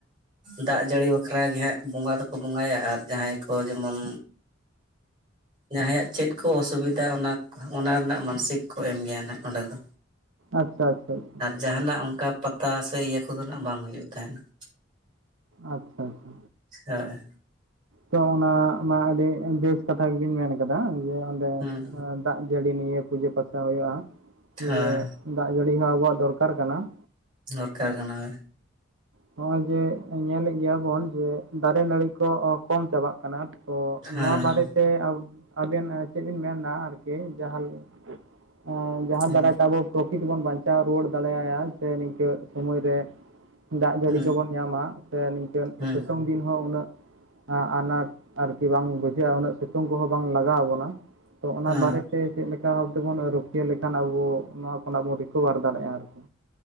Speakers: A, on the right; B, on the right.
A: ᱫᱟᱜ ᱡᱟᱹᱲᱤ ᱵᱟᱠᱷᱨᱟ ᱜᱮ ᱦᱟᱸᱜ ᱵᱚᱸᱜᱟ ᱫᱚᱠᱚ ᱵᱚᱸᱜᱟᱭᱟ ᱟᱨ ᱡᱟᱦᱟᱸᱭ ᱠᱚ ᱡᱮᱢᱚᱱᱻ ᱡᱟᱦᱟᱸᱭᱟᱜ ᱪᱮᱫ ᱠᱚ ᱚᱥᱩᱵᱤᱫᱷᱟ ᱚᱱᱟ ᱚᱱᱟ ᱨᱮᱱᱟᱜ ᱢᱟᱱᱥᱤᱠ ᱠᱚ ᱮᱢ ᱜᱮᱭᱟ ᱱᱟᱦᱟᱜ ᱚᱸᱰᱮ ᱫᱚᱻ
B: ᱟᱪᱷᱟ ᱻᱟᱪᱷᱟ ᱻᱟᱪᱷᱟ
A: ᱡᱟᱦᱟᱱᱟᱜ ᱚᱱᱠᱟ ᱯᱟᱛᱟ ᱥᱮ ᱤᱭᱟᱹ ᱠᱚᱫᱚ ᱱᱟᱜ ᱵᱟᱝ ᱦᱩᱭᱩᱜ ᱛᱟᱦᱮᱱᱟ ᱾
B: ᱟᱪᱷᱟᱻᱟᱪᱷᱟ
A: ᱦᱮᱸ
B: ᱛᱚ ᱚᱱᱟ ᱢᱟ ᱟᱹᱰᱤ ᱵᱮᱥ ᱠᱟᱛᱷᱟ ᱜᱮᱵᱤᱱ ᱢᱮᱱ ᱟᱠᱟᱫᱟ ᱡᱮ ᱚᱸᱰᱮ
A: ᱦᱩᱸ
B: ᱫᱟᱜ ᱡᱟᱹᱲᱤ ᱱᱤᱭᱮ ᱯᱩᱡᱟᱹ ᱯᱟᱥᱟᱣ ᱦᱩᱭᱩᱜᱼᱟ
A: ᱦᱳᱭ
B: ᱡᱮ ᱫᱟᱜ ᱡᱟᱹᱲᱤ ᱦᱚᱸ ᱟᱵᱚᱣᱟᱜ ᱫᱚᱨᱠᱟᱨ ᱠᱟᱱᱟ ᱾
A: ᱫᱚᱨᱠᱟᱨ ᱠᱟᱱᱟ ᱦᱳᱭᱻ
B: ᱱᱚᱜᱻᱚᱭ ᱡᱮ ᱧᱮᱸᱞ ᱮᱫ ᱜᱮᱭᱟ ᱵᱚᱱ ᱡᱮ ᱫᱟᱨᱮ ᱱᱟᱹᱲᱤ ᱠᱚ ᱠᱚᱢ ᱪᱟᱵᱟᱜ ᱠᱟᱱᱟ ᱾ ᱛᱚ
A: ᱦᱮᱸ
B: ᱱᱚᱣᱟ ᱵᱟᱨᱮ ᱛᱮ ᱟᱵᱮᱱ ᱪᱮᱫ ᱵᱮᱤᱱ ᱢᱮᱱᱟ ᱟᱨ ᱠᱤ ᱡᱟᱦᱟᱸᱱ ᱚ ᱡᱟᱦᱟᱸ
A: ᱦᱮᱸ
B: ᱫᱟᱨᱟᱭ ᱛᱟᱵᱚᱻ ᱚᱠᱤᱞ ᱵᱚᱱ ᱵᱟᱧᱪᱟᱣ ᱨᱩᱣᱟᱹᱲ ᱫᱟᱲᱮᱭᱟᱭᱟ ᱥᱮ ᱱᱤᱝᱠᱟᱹ ᱥᱚᱢᱚᱭ ᱨᱮ ᱫᱟᱜ ᱡᱟᱹᱲᱤ
A: ᱦᱮᱸ
B: ᱠᱚᱵᱚᱱ ᱧᱟᱢᱟ ᱥᱮ ᱱᱤᱝᱴᱟᱹᱱ
A: ᱦᱮᱸ
B: ᱥᱤᱛᱩᱝ ᱫᱤᱱ ᱦᱚᱸ ᱩᱱᱟᱹᱜ ᱟᱱᱟᱴ ᱟᱨᱠᱤ ᱵᱟᱝ ᱵᱩᱡᱷᱟᱹᱜᱼᱟ ᱩᱱᱟᱹᱜ ᱥᱤᱛᱩᱝ ᱠᱚᱦᱚᱸ ᱵᱟᱝ ᱞᱟᱜᱟᱣ ᱟᱵᱚᱱᱟ ᱛᱚ ᱚᱱᱟ
A: ᱦᱮᱸ
B: ᱵᱟᱨᱮ ᱥᱮ ᱪᱮᱫ ᱞᱮᱠᱟ ᱵᱷᱟᱵ ᱛᱮᱵᱚᱱ ᱟᱨ ᱪᱮᱫ ᱞᱮᱠᱟ ᱨᱩᱠᱷᱤᱭᱟᱹᱟᱹ ᱞᱮᱠᱷᱟᱱ ᱟᱵᱚ ᱱᱚᱣᱟ ᱠᱷᱚᱱᱟᱜ ᱵᱚᱱ ᱨᱤᱠᱳᱵᱷᱟᱨ ᱫᱟᱲᱮᱭᱟᱜᱼᱟ ᱟᱨᱠᱤ